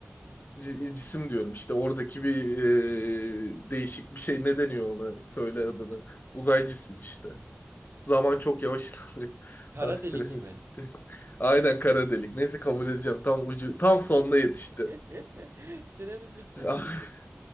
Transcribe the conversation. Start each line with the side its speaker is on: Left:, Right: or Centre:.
Left: C- cisim diyorum işte oradaki bir e, değişik bir şey ne deniyor ona söyle adını uzay cismi işte zaman çok yavaş ilerliyor <laughs>
Right: Kara
Left: ha süremiz
Right: delik mi?
Left: bitti aynen kara delik neyse kabul edeceğim tam ucu tam sonuna yetişti
Right: <laughs> Süremiz bitti
Left: <laughs>
Right: mi şimdi?